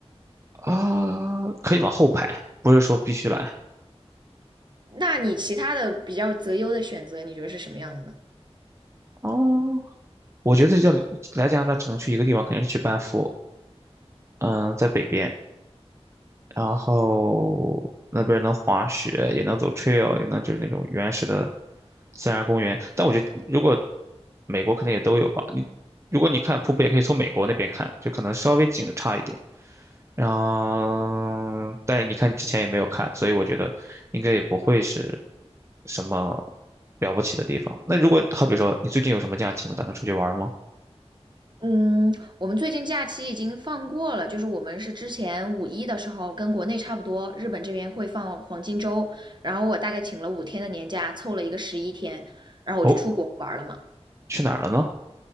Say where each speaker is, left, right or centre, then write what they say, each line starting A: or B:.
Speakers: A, on the right; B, on the right.
A: 啊，可以往后排，不是说必须来。
B: 那你其他的比较择优的选择，你觉得是什么样的呢？
A: 哦，我觉得叫来加拿大只能去一个地方，肯定是去班夫。嗯，在北边。然后那边儿能滑雪，也能走 trail，也能就是那种原始的自然公园。但我觉得如果美国肯定也都有吧，你如果你看瀑布，也可以从美国那边看，就可能稍微景差一点。然后，但你看你之前也没有看，所以我觉得应该也不会是什么了不起的地方。那如果好比说你最近有什么假期吗？打算出去玩吗？
B: 嗯，我们最近假期已经放过了，就是我们是之前五一的时候跟国内差不多，日本这边会放黄金周，然后我大概请了五天的年假，凑了一个十一天，然后我就出国玩了嘛。
A: 哦，去哪儿了呢？